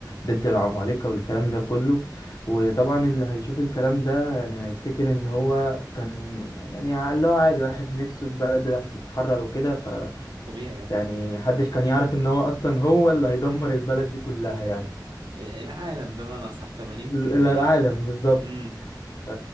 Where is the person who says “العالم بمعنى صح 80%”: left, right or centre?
Right